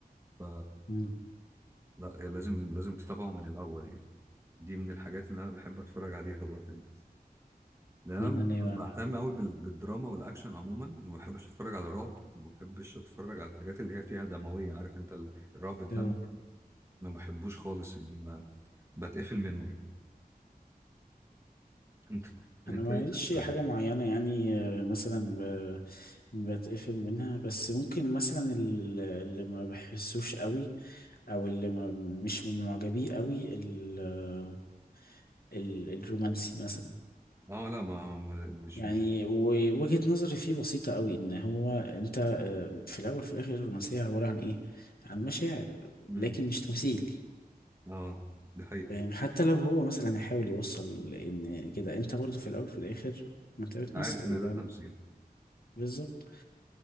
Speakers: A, on the right; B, on the left.
A: ف
B: مم.
A: لا يعني لازم لازم تتابعه من الاول يعني دي من الحاجات اللي انا بحب اتفرج عليها برضه يعني. لان
B: وانا
A: انا
B: ناوي اعمل
A: بهتم
B: كده
A: قوي بالدراما والاكشن عموما ما بحبش اتفرج على رعب ما بحبش اتفرج على الحاجات اللي هي فيها دمويه عارف انت ال- الرعب الدموي
B: ايوه
A: انا ما بحبوش خالص يعني بتقفل منه انت انت
B: انا معيش
A: ايه رأيك؟
B: حاجه معينه يعني آه، مثلا ب... بتقفل منها بس ممكن مثلا ال- اللي ما بحسوش قوي او اللي ما مش من معجبيه قوي ال... آه، ال... الرومانسي مثلا
A: اه لا ما ما- مش
B: يعني
A: مش
B: ووجهة نظري فيه بسيطة قوي ان هو انت آه، في الاول في الاخر الرومانسية عبارة عن ايه عن مشاعر
A: مم.
B: لكن مش تمثيل
A: اه دي حقيقة
B: فاهم؟ حتى أيوة. لو هو مثلا هيحاول يوصل ان كده انت برضو في الاول في الاخر ما انت بتمثل
A: عارف ان
B: ده
A: ده تمثيل
B: بالظبط